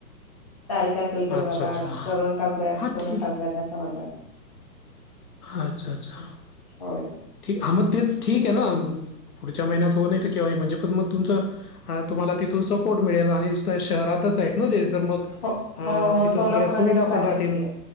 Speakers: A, on the left; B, on the left.
A: तारीख असेल
B: अच्छा
A: तर बघा
B: अच्छा
A: करून टाकूयात
B: हा
A: करुण
B: ठीक
A: टाकूयात असं म्हणतात
B: अच्छा अच्छा
A: हो
B: ठी हा मग तेच ठीक आहे ना पुढच्या महिन्यात हो नाही तर कं्हा म्हणजे पण मग तुमचं तुम्हाला तिथून सपोर्ट मिळेल आणि शहरातच तर मग
A: हो हो हो
B: तिथ
A: सोलापुरातच
B: सगळ्या सुविधा
A: राहतात
B: पण राहतील
A: ते